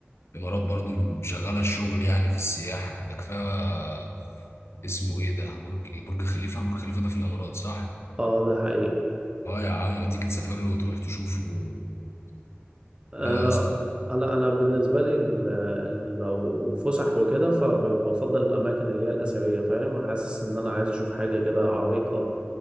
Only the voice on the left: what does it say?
الامارات برضو شغاله الشغل يعني في السياحه ده كفايه اسمه ايه ده برج برج خليفه برج خليفه ده في الامارات صح
اه يا عم ما تيجي تسافر له وتروح تشوفه
لا يا اسطى